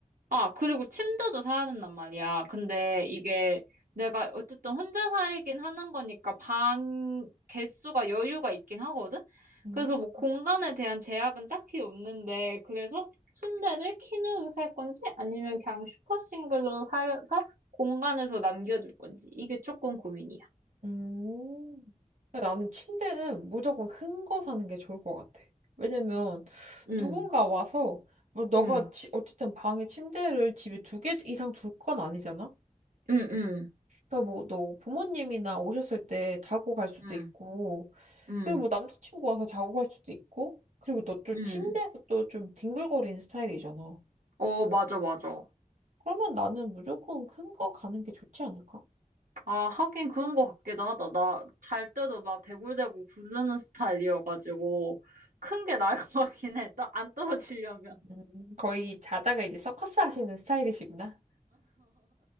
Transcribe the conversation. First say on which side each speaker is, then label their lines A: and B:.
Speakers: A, on the right; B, on the right.
A: 아, 그리고 침대도 사야 된단 말이야. 근데 이게 내가 어쨌든 혼자 살긴 하는 거니까 방 개수가 여유가 있긴 하거든?
B: 음.
A: 그래서 뭐 공간에 대한 제약은 딱히 없는데, 그래서 침대를 퀸으로 살 건지 아니면 그냥 슈퍼 싱글로 사서 공간에서 남겨둘 건지 이게 조금 고민이야.
B: 음. 근데 나는 침대는 무조건 큰 거 사는 게 좋을 것 같아. 왜냐면
A: 응,
B: 누군가 와서 뭐 너가
A: 응,
B: 치- 어쨌든 방에 침대를 집에 두 개 이상 둘 건 아니잖아.
A: 응, 응,
B: 그러니까 뭐 너 부모님이나 오셨을 때 자고 갈 수도
A: 응,
B: 있고,
A: 응,
B: 그리고 뭐 남자친구 와서 자고 갈 수도 있고, 그리고 너 좀
A: 응.
B: 침대에서 또 좀 뒹굴거리는 스타일이잖아.
A: 어, 맞아, 맞아.
B: 그러면 나는 무조건 큰 거 가는 게 좋지 않을까?
A: 아, 하긴 그런 것 같기도 하다. 나 잘 때도 막 대굴대굴 구르는 스타일이어가지고, 큰 게 나을 <laughs> 것 같긴 해. 떠- 안 떨어지려면.
B: 음, 거의 자다가 이제 서커스 하시는 스타일이시구나.